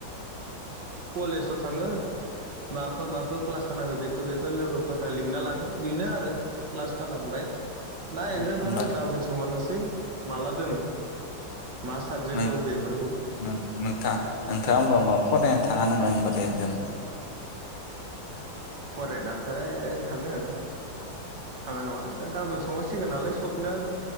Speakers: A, on the right (about 60°); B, on the left (about 30°).
A: कलेजाव थाङो माखो माखो क्लास <unintelligible> बेखो बेखो लोगोफोरा लिंना लाङो बेनो आरो क्लास खालामबाय दा
B: होमबालाय
A: एक्जामखो आरो गाबोन सोंहरनोसै माला दोङो मा साबजेक्ट
B: नों
A: दं बेफोरखौ
B: नों नोंथा नोंथाङा होमबा माबा फरायना था थाङा नामा होनबालाय एकजामाव
A: फरायनाथाय <unintelligible> थाङो थाङा नङा आरो गाबोन सोंहर सिगोन नालाय सबनायानो